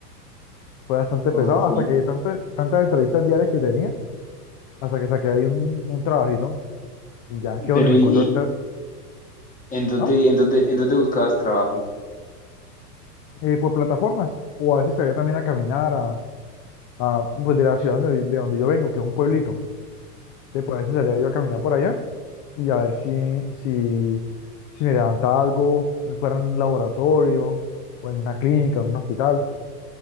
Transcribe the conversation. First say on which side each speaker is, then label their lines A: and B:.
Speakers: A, on the left; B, on the left.
A: Fue bastante
B: ok.
A: pesado hasta que tanto, tantas entrevistas diarias que tenía, hasta que saqué ahí un, un trabajito. Y ya, que
B: Pero
A: es donde me
B: ¿y
A: encuentro ahorita,
B: y en dónde,
A: ¿ah?
B: en dónde, en dónde buscabas trabajo?
A: Eh, por plataformas. O a veces salía también a caminar a, a, pues de la ciudad donde- de donde yo vengo, que es un pueblito. Después a veces salía yo a caminar por allá y a ver si, si, si me levantaba algo, fuera en un laboratorio o en una clínica, en un hospital.